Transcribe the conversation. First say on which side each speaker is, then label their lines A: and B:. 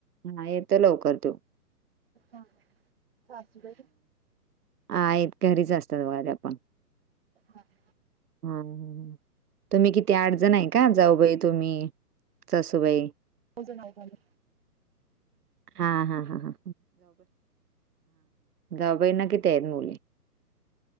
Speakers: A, on the right; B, on the right.
A: हा येतो लवकर तो
B: हा सासूबाई.
A: आई घरीच जास्त वाऱ्या आपण
B: <inaudible>
A: हां, हम. तुम्ही किती आठजण आहे का? जाऊ बाई, तुम्ही सासूबाई.
B: वजन आव झालं.
A: <inaudible> हा-हा-हा-हा. जाऊ बाईंना किती आहेत मुले